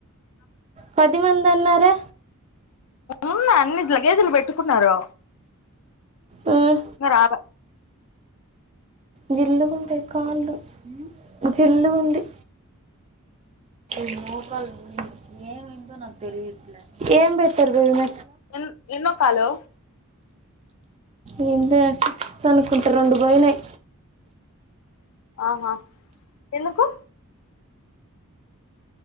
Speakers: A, on the right; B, on the left.
A: పది మంది అన్నారే
B: ఉన్నా అన్ని లగేజీలు పెట్టుకున్నారు
A: మ్మ్,
B: మ రావ
A: జిల్లుగుండే కాళ్ళు ఆ జిల్లుగుంది ఈ మోకాళ్ళు ఏమైందో నాకు తెలియట్లే ఏం పెట్టారు బేరుమ
B: ఎన్ ఎన్నో కాలు
A: ఏంట సిక్స్త్ అనుకుంటారు రెండు పోయినాయి
B: ఆహా ఎందుకు